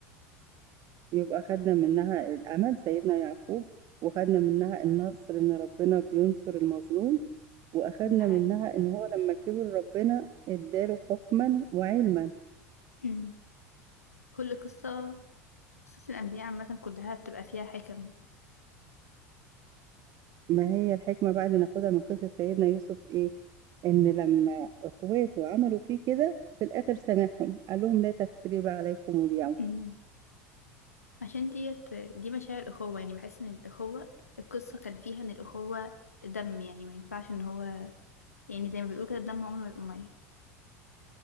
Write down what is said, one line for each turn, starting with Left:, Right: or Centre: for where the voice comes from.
Right: يبقى خدنا منها الأمل سيدنا يعقوب وخدنا منها النصر إن ربنا بينصر المظلوم وأخدنا
Left: ده حقيقي
Right: منها إن هو لما كبر ربنا اداله حكما وعلما
Left: امم كل قصة قصص الأنبياء عامة كلها بتبقى فيها حكم
Right: ما هي الحكمة بقى اللي ناخدها من قصة سيدنا يوسف إيه إن لما إخواته عملوا فيه كده في الآخر سامحهم قال لهم لا تسريب عليكم اليوم
Left: مم. عشان ديت دي مشاعر أخوة يعني بحس إن الأخوة القصة كان فيها إن الأخوة دم يعني ما ينفعش إن هو يعني زي ما بيقولوا كده الدم عمره ما يبقى مية